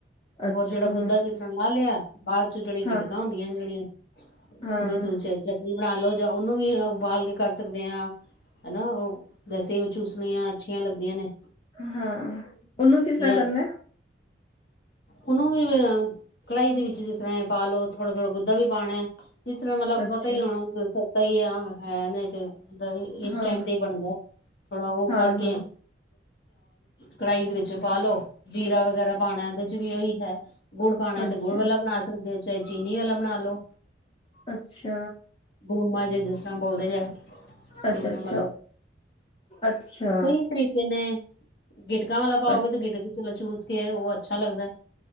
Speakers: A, on the left; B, on the left.
A: ਅੱਛਾ
B: ਰ ਜਿਹੜਾ ਗੁੱਦਾ ਜਿਸ ਤਰ੍ਹਾਂ ਸਾਭ ਲਿਆ ਬਾਅਦ ਚ ਜਿਹੜੀ
A: ਹਾਂ
B: ਗਿਟਕਾਂ ਹੁੰਦੀਆਂ ਨੇ ਜਿਹੜੀਆਂ ਉਹਦੇ
A: ਹਾਂ
B: ਚ ਵੀ ਬਣਾ ਲਓ ਜਾਂ ਉਹਨੂੰ ਵੀ ਉਬਾਲ ਕੇ ਕਰ ਸਕਦੇ ਹਾਂ। ਹਨਾ ਉਹ ਵੈਸੇ ਉਹ ਚੂਸਣੀਆਂ ਅੱਛੀਆਂ ਲੱਗਦੀਆਂ ਨੇ।
A: ਹਾਂ ਉਹਨੂੰ ਕਿਸ ਤਰ੍ਹਾਂ
B: ਯਾ
A: ਕਰਨਾ ਹੈ?
B: ਉਹਨੂੰ ਵੀ ਕੜਾਹੀ ਦੇ ਵਿੱਚ ਜਿਸ ਤਰ੍ਹਾਂ ਇਹ ਪਾਲਓ ਥੋੜਾ ਥੋੜਾ ਗੁੱਧਾ ਵੀ ਪਾਉਣਾ ਹੈ ਜਿਸ ਤਰ੍ਹਾਂ ਮਤਲਬ
A: ਅੱਛਾ
B: ਪਤਾ ਹੀ ਹੋਣਾ ਸਹੀ ਆ ਹੈ ਨੇ ਤੇ। ਹੁੰਦਾ ਇਸ
A: ਹਾਂ
B: ਟਾਈਮ ਤੇ ਹੀ ਬਣਦਾ ਥੋੜਾ ਉਹ
A: ਹਾਂ
B: ਕਰਕੇ
A: ਹਾਂ
B: ਕੜਾਹੀ ਦੇ ਵਿੱਚ ਪਾਾਲਓ ਜੀਰਾ ਵਗੈਰਾ ਪਾਣਾ ਉਹਦੇ ਚ ਵੀ ਉਹੀ ਹੈ ਗੁੜ ਪਾਣਾ
A: ਅੱਛਾ
B: ਤੇ ਗੁੜ ਵਾਲਾ ਬਣਾ ਸਕਦੇ ਹੋ ਚਾਹੇ ਚੀਨੀ ਵਾਲਾ ਬਣਾ ਲੋ।
A: ਅੱਛਾ।
B: ਗੁੜਮਾ ਜੇ ਜਿਸ ਤਰ੍ਹਾਂ ਬੋਲਦੇ ਆ।
A: ਅੱਛਾ
B: ਇਸ ਤਰ੍ਹਾਂ ਮਤਲਬ
A: ਅੱਛਾ
B: ਸਹੀ ਤਰੀਕੇ ਨੇ ਗਿੱਟਕਾਂ ਵਾਲਾ ਪਾਓਗੇ
A: ਅੱਛਾ ਅੱ
B: ਤੇ ਗਿੱਟਕ ਚ ਚੂਸ ਕੇ ਉਹ ਅੱਛਾ ਲੱਗਦਾ।